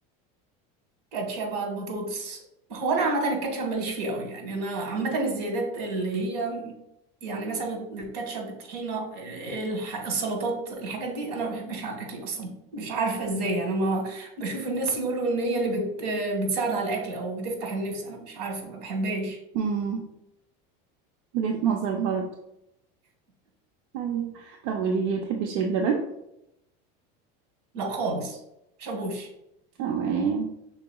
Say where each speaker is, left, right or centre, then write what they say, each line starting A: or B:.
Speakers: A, on the right; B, on the right.
A: كاتشب على البطاطس هو انا عامه الكاتشب ماليش فيه قوي يعني انا عامه الزيادات اللي هي يعني مثلا الكاتشب الطحينه الح- السلطات الحاجات دي انا ما بحبش على الاكل اصلا مش عارفه ازاي يعني انا ما بشوف الناس يقولوا ان هي اللي بت بتساعد على الاكل او بتفتح النفس انا مش عارفه ما بحبهاش
B: امم وجهة نظر برضو ايوه طب قولي لي بتحبي شاي بلبن
A: لا خالص مشابوش
B: تمام